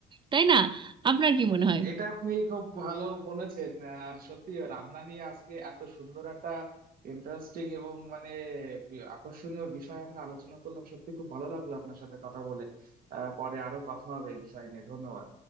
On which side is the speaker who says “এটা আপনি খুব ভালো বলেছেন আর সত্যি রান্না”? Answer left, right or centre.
Right